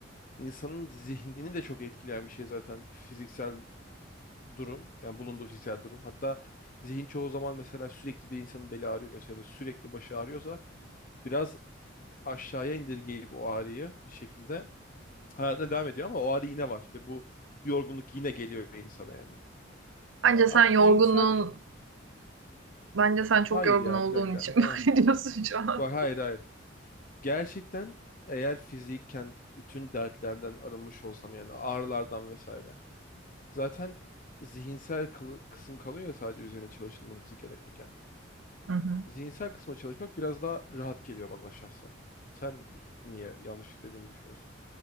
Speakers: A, on the left; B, on the right.
A: insanın zihnini de çok etkileyen bir şey zaten fiziksel durum yani bulunduğu fiziksel durum hatta zihin çoğu zaman mesela sürekli bir insanın beli ağrıyorsa ya da sürekli başı ağrıyorsa biraz aşağıya indirgeyip o ağrıyı bir şekilde hayatına devam ediyor ama o ağrı yine var ve bu yorgunluk yine geliyor insana yani.
B: Bence
A: Ee, ama
B: sen yorgunluğun,
A: zihinsel
B: bence sen
A: hayır
B: çok yorgun
A: ya
B: olduğun
A: bir dakika.
B: için <laughs> böyle
A: Aa,
B: diyorsun şu an.
A: bak hayır hayır. Gerçekten eğer fizikken bütün dertlerden arınmış olsam yani ağrılardan vesaire. Zaten zihinsel kılı- kısım kalıyor ya sadece üzerine çalışılması gereken.
B: Hı hı.
A: Zihinsel kısma çalışmak biraz daha rahat geliyor bana şahsen. Sen niye yanlış dediğimi düşünüyorsun?